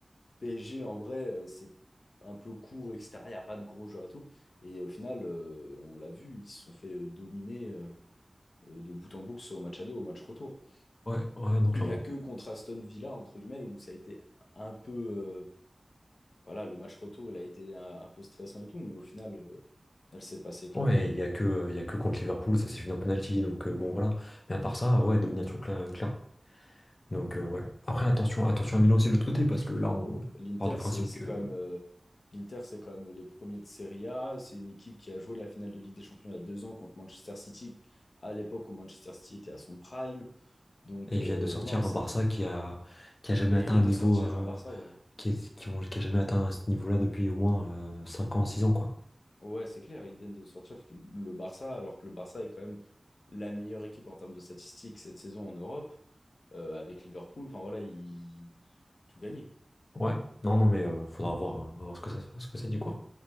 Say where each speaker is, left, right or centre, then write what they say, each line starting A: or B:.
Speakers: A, on the left; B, on the left.
A: PSG, en vrai, euh, c'est un peu court, extérieur, il n'y a pas de gros joueurs et tout. Et au final, euh, on l'a vu, ils se sont fait euh, dominer euh, euh, de bout en bout, que ce soit au match aller ou au match retour.
B: Ouais, ouais, non, clairement.
A: Il n'y a que contre Aston Villa, entre guillemets, où ça a été un peu. euh, voilà, le match retour, il a été un, un peu stressant et tout, mais au final, euh, elle s'est passée quand
B: Ouais,
A: même.
B: il y a que, euh, il y a que contre Liverpool, ça s'est fini en penalty, donc euh, bon, voilà. Mais à part ça, euh, ouais, domination cla- claire. Donc, euh, ouais. Après, attention, attention à Milan aussi de l'autre côté, parce que là, on
A: L'Inter,
B: part du principe
A: c'est c'est
B: que
A: quand même. euh, L'Inter, c'est quand même les premiers de Serie A. C'est une équipe qui a joué la finale de Ligue des Champions il y a deux ans contre Manchester City, à l'époque où Manchester City était à son prime. Donc,
B: Et ils
A: euh,
B: viennent de sortir
A: non, c'est-
B: un Barça qui a, qui a jamais
A: et
B: atteint
A: ils viennent
B: un niveau.
A: de sortir
B: euh,
A: un Barça, ouais.
B: qui, est- qui ont- qui a jamais atteint ce niveau-là depuis au moins euh, 5 ans, 6 ans, quoi.
A: Ouais, c'est clair, ils viennent de sortir que- le Barça, alors que le Barça est quand même la meilleure équipe en termes de statistiques cette saison en Europe, euh, avec Liverpool. Enfin, voilà, ils tout gagné.
B: Ouais, non, non, mais euh, faudra voir, euh, on va voir ce que ça, ce que ça dit, quoi.